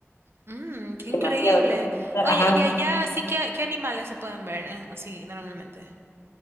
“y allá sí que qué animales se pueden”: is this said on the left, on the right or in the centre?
Right